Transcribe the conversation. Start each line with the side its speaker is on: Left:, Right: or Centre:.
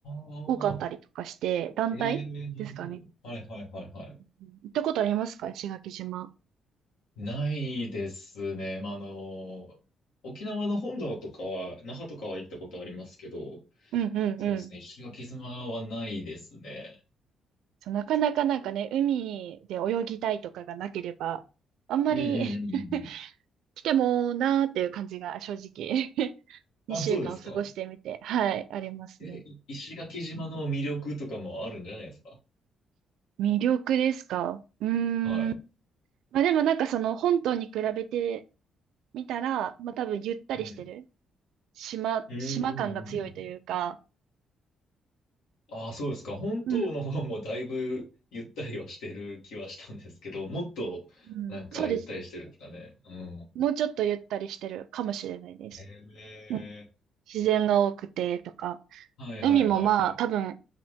Left: あー、
Right: 多かったりとかして、団体ですかね。
Left: ええ、なるほど。はいはいはいはい。
Right: うん行ったことありますか石垣島。
Left: ないですね。まあ、あの、沖縄の本土とかは、那覇とかは行ったことありますけど、
Right: うんうんうん。
Left: そうですね。石垣島はないですね。
Right: そうなかなかなんかね、海で泳ぎたいとかがなければ、あんまり
Left: うんうんうん
Right: <laughs> 来てもなーっていう感じが正直 <laughs> 2週間過ごしてみて、
Left: うん。あ、そうですか。
Right: はい、ありますね。
Left: え、い石垣島の魅力とかもあるんじゃないですか。
Right: 魅力ですかうーん。
Left: はい。
Right: まあでもなんかその本島に比べてみたら、まあ多分ゆったりしてる。
Left: うん。
Right: 島、
Left: うんうんうんうん。
Right: 島感が強いというか、
Left: ああ、そうですか。本島の方もだいぶゆったりはしてる気はしたんですけど、
Right: うん、
Left: もっとなんかゆったりしてるんですかね。
Right: うん、そうですね。
Left: うん。
Right: もうちょっとゆったりしてるかもしれないです。
Left: へえ。
Right: うん自然が多くてとか、
Left: はいはいはいはい。
Right: 海もまあ多分